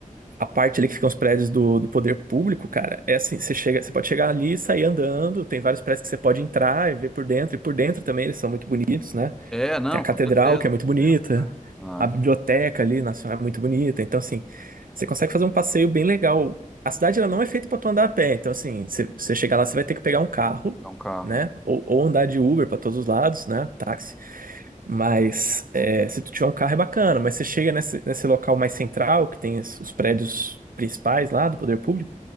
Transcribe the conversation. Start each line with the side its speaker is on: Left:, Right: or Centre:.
Right: a parte ali que ficam os prédios do, do poder público, cara, é assim, você chega, você pode chegar ali e sair andando, tem vários prédios que você pode entrar e ver por dentro, e por dentro também eles são muito bonitos, né?
Centre: É, não,
Right: Tem a catedral,
Centre: com certeza.
Right: que é muito bonita,
Centre: Dentro, é. Ah,
Right: a biblioteca ali nacional é muito bonita, então assim, você consegue fazer um passeio bem legal. A cidade ela não é feita pra tu andar a pé, então assim, você, você chegar lá, você vai ter que pegar um carro,
Centre: pegar um carro.
Right: né?
Centre: é.
Right: Ou, ou andar de Uber pra todos os lados, né? Táxi. Mas é, se tu tiver um carro é bacana, mas você chega nesse, nesse local mais central, que tem os os prédios principais lá do poder público,